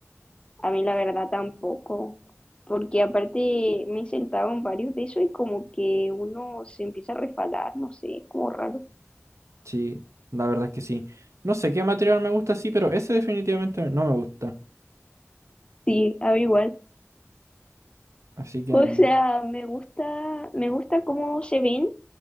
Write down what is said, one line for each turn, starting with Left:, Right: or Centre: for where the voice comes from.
Left: A mí la verdad tampoco. Porque aparte me he sentado en varios de eso y como que uno se empieza a resbalar, no sé, es como raro.
Right: Sí, la verdad es que sí. No sé qué material me gusta, sí, pero ese definitivamente no me gusta.
Left: Sí, a mí igual.
Right: Así que...
Left: O sea, me gusta, me gusta cómo se ven